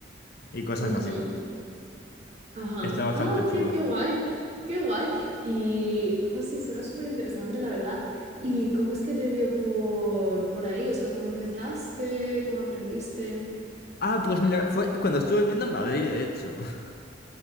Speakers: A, on the left (about 55°); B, on the right (about 35°).
A: y cosas
B: ujú.
A: así.
B: Ajá.
A: Está bastante
B: Ah, ok,
A: chulo.
B: qué guay. Qué guay. Y, José, suena súper interesante, la verdad. ¿Y cómo es que te dio por, por ahí? O sea, ¿cómo empezaste? ¿Cómo aprendiste?
A: Ah, pues mira, fue cuando estuve viviendo en Madrid, de hecho. <laughs>